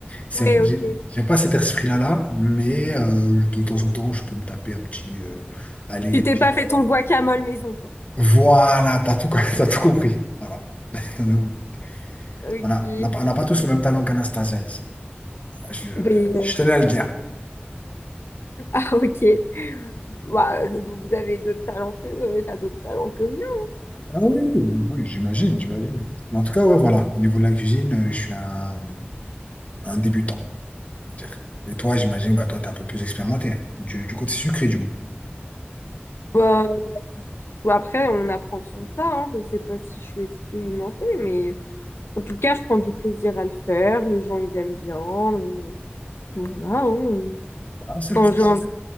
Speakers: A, on the left (about 35°); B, on the left (about 80°).
A: C'est-
B: Ouais,
A: J'ai
B: ok.
A: j'ai pas cet esprit-là, là, mais euh, de temps en temps, je peux me taper un petit. euh, allez,
B: Tu t'es pas fait ton guacamole maison, quoi.
A: voilà, t'as tout, <laughs> t'as tout compris. Voilà. <laughs> On
B: Ok.
A: n'a on a, pas on n'a pas tous le même talent qu'Anastasia ici. Ah, Je,
B: Ben.
A: je tenais à le dire.
B: <laughs> Ok. Bah, vous avez d'autres talents que euh, t'as d'autres talents que miens.
A: Ah oui, oui, oui, j'imagine, j'imagine. Mais En tout cas, ouais, voilà. Au niveau de la cuisine, euh, je suis un, un débutant. on va dire. Et toi, j'imagine, bah, toi, t'es un peu plus expérimenté. Du, du côté sucré, du moins.
B: hein. Bah, après, on apprend sur le tas, hein. Je sais pas si je suis expérimentée, mais en tout cas, je prends du plaisir à le faire. Les gens, ils aiment bien. euh, voilà. hein, euh.
A: Bah, c'est le
B: Quand
A: principe.
B: j'ai envie-